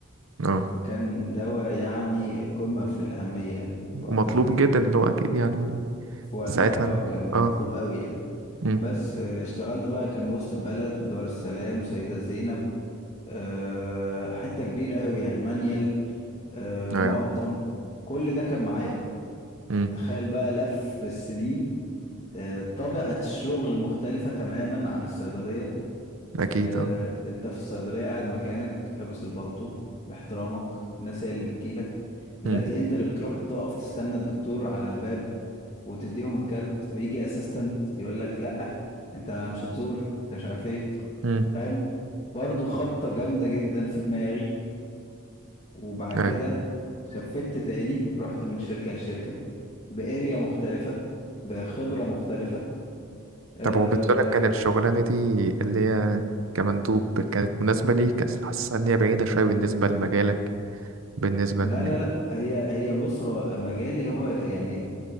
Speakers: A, on the right; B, on the left.
A: اه
B: فكان دواء يعني قمة في الأهمية يعني في وقتها
A: ومطلوب جدا اللي هو أكيد يعني
B: في وقتها
A: ساعتها
B: اه
A: ال-
B: كان
A: اه
B: مطلوب قوي يعني
A: مم.
B: بس آه اشتغلت بقى كان وسط البلد ودار السلام سيدة زينب آه حتة كبيرة قوي يعني مانيال آه مقطم
A: ايوه
B: كل ده كان معايا
A: مم.
B: تخيل بقى لف السنين آه، طبيعة الشغل مختلفة تماما عن الصيدلية
A: أكيد
B: آه،
A: اه
B: انت في الصيدلية قاعد مكانك لابس البلطو باحترامك الناس هي اللي بتجيلك دلوقتي
A: مم.
B: انت اللي بتروح تقف تستنى الدكتور على الباب وتديهم الكارت ويجي اسيستنت يقول لك لا انت مش هتزور انت مش عارف ايه
A: مم.
B: فاهم برضه خبطة جامدة جدا في دماغي وبعد
A: ايوه
B: كده شفت تاني رحت من شركة لشركة باريا مختلفة بخبرة مختلفة أه
A: طب هو بالنسبة لك كان الشغلانة دي اللي هي كمندوب كانت مناسبة ليك أصل حاسس إن هي بعيدة شوية بالنسبة لمجالك بالنسبة
B: لا
A: إن
B: لا لا هي هي بص هو مجالي هو يعني